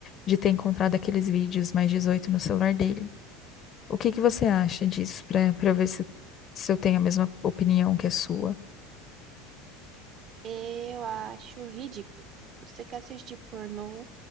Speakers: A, on the left; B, on the right.
A: de ter encontrado aqueles vídeos mais 18 no celular dele. O que que você acha disso para para ver se, se eu tenho a mesma opinião que a sua?
B: Eu acho ridículo. Você quer assistir pornô?